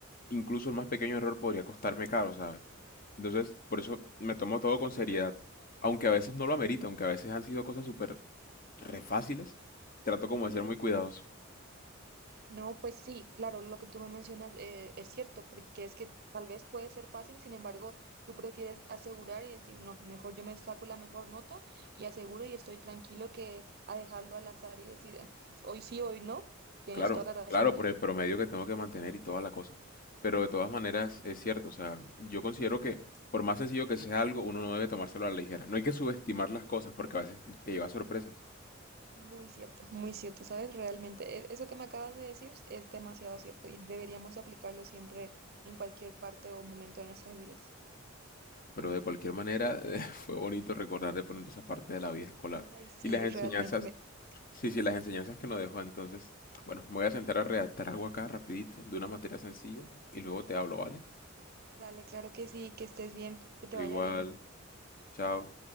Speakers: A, on the left; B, on the right.
A: incluso el más pequeño error podría costarme caro, ¿sabes? Entonces, por eso me tomo todo con seriedad, aunque a veces no lo amerita, aunque a veces han sido cosas súper re fáciles, trato como
B: Sí.
A: de ser muy cuidadoso.
B: No, pues sí, claro, lo que tú me mencionas eh, es cierto, porque es que tal vez puede ser fácil, sin embargo, tú prefieres asegurar y decir, no, mejor yo me saco la mejor nota y aseguro y estoy tranquilo que a dejarlo al azar y decir, "Ah, hoy sí, hoy no, tienes
A: Claro,
B: toda la razón.
A: claro, por el promedio que tengo que mantener y toda la cosa. Pero de todas maneras es cierto, o sea, yo considero que por más sencillo que sea algo, uno no debe tomárselo a la ligera. No hay que subestimar las cosas porque a veces te, te lleva a sorpresas.
B: Muy cierto, muy cierto, ¿sabes? Realmente, e- eso que me acabas de decir es demasiado cierto y deberíamos aplicarlo siempre en cualquier parte o momento de nuestras vidas.
A: Pero de cualquier manera <laughs> eh, fue bonito recordar de pronto esa parte de la vida escolar.
B: Ay, sí,
A: Y las enseñanzas,
B: realmente me...
A: sí, sí, las enseñanzas que nos dejó entonces. Bueno, me voy a sentar a redactar algo acá rapidito de una materia sencilla y luego te hablo, ¿vale?
B: Dale, claro que sí, que estés bien, que te
A: Tú
B: vaya
A: igual,
B: bien.
A: chao.